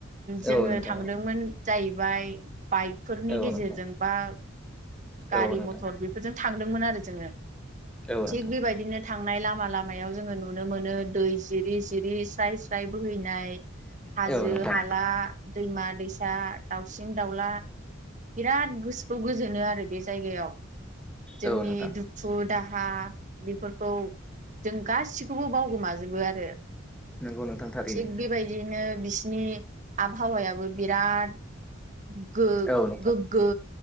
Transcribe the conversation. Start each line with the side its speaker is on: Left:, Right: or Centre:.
Right: जोङो
Centre: औ नोंथां
Right: थांदोंमोन जाहैबाय बाइकफोरनि
Centre: औ
Right: गेजेरजों
Centre: नोंथां
Right: बा गारि
Centre: औ नोंथां
Right: मथर बेफोरजों थांदोंमोन आरो जोङो
Centre: औ नोंथां
Right: थिग बेबायदिनो थांनाय लामा लामायाव जोङो नुनो मोनो दै जिरि जिरि स्राय स्राय बोहैनाय हाजो
Centre: औ नोंथां औ नोंथां
Right: हाला दैमा दैसा दाउसिन दाउला बिराद गोसोखौ गोजोनो आरो बे जायगायाव जोंनि
Centre: औ नोंथां
Right: दुखु दाहा बेफोरखौ जों गासिखौबो बावगोमाजोबो आरो
Centre: नंगौ नोंथां थारैनो
Right: थिग बेबायदिनो बि बिनि आबहावायाबो बिराद गोग्गो
Centre: औ नोंथां